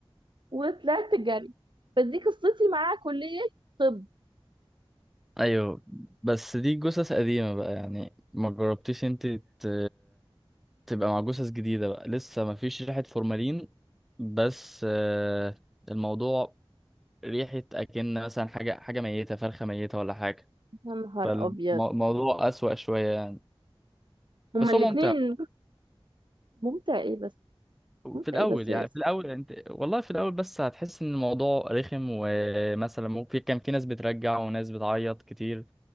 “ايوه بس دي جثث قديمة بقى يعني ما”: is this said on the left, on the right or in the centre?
Centre